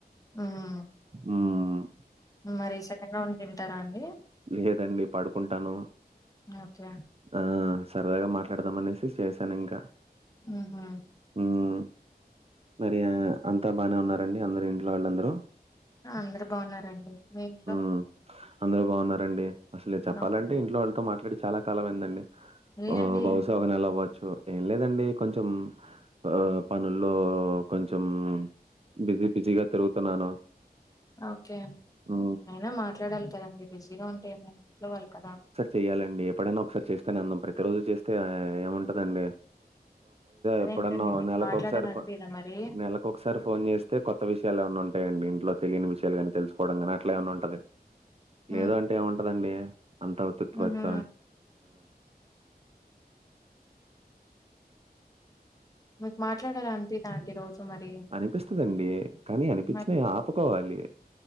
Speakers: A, on the left; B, on the right.
A: మ్,
B: హ్మ్
A: మరి సెకండ్ రౌండ్ తింటారా అండి
B: లేదండి పడుకుంటాను
A: ఓకే
B: ఆ సరదాగా మాట్లాడదాం అనేసి చేశాను ఇంకా
A: ఉహు
B: హమ్ మరి అంతా బానే ఉన్నారండి అందరు ఇంట్లో వాళ్ళందరూ
A: అందరు బాగున్నారండి మీ ఇంట్లో
B: హ్మ్ అందరు బాగున్నారండి అసలు చెప్పాలంటే
A: ఓకే
B: ఇంట్లో వాళ్ళతో మాట్లాడి చాలా కాలంమైందండి
A: లే
B: ఆ
A: అండి
B: బహుశా ఒక నెల అవ్వచ్చు ఏం లేదండి కొంచెం ఆ పనుల్లో కొంచెం బిజీ బిజీగా తిరుగుతున్నాను
A: ఓకే
B: హ్మ్.
A: అయినా మాట్లాడాలి కదండి బిజీగా వుంటెమి ఇంట్లో వాలు కదా
B: చెయ్యాలండి ఎప్పుడైన ఒకసారి చేస్తేనే <unintelligible> ప్రతి రోజు చేస్తే ఏముంటదండి
A: అదేంటండి
B: ఎప్పుడన్నా
A: మీకు
B: నెలకు
A: మాట్లాడాల
B: ఒకసారి
A: అనిపిదా మరి
B: నెల ఒకసారి ఫోన్ చేస్తే కొత్త విషయాలు ఏమన్న ఉంటాయండి ఇంట్లో తెలియని విషయాలుగానీ తెలుసు కూడ కానే అట్ల ఏమన్నా ఉంటది
A: మ్,
B: లేదు అంటే ఏముంటదండి అంత తత్పతోనే
A: మ్హూ. మీకు మట్లాడాలీ అనిపీద అండి రోజు మరి
B: అనిపిస్తుదండి కానీ అనిపించిన
A: మరి
B: ఆ ఒప్పుకోవాలి